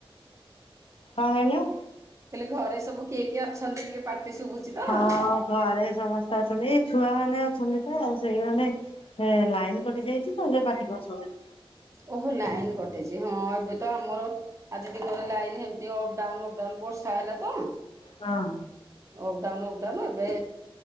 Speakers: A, on the left; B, on the right.
A: ହଁ ମନୁ।
B: ହେଲେ ଘରେ ସବୁ କିଏ କିଏ ଅଛନ୍ତି କିଏ ପାଟି ଶୁଭୁଛି। ତ
A: ହଁ ଘରେ ସମସ୍ତେ ଅଛନ୍ତି ଏଇ ଛୁଆ ମାନେ ଅଛନ୍ତି ତ ସେମାନେ ହେ ଲାଇନ୍ କଟି ଯାଇଛି ତ ଏ ପାଟି କରସନି।
B: ଓହୋ ଲାଇନ୍ କଟିଛି ହଁ ଏବେ ତ ଆମର ଆଜି ଦିନରେ ଲାଇନ ଏମତି ଅପଡାଉନ ଅପଡାଉନ ବର୍ଷା ହେଲା ତ
A: ହଁ।
B: ଅପ୍ଡାଉନ୍ ଅପ୍ଡାଉନବେ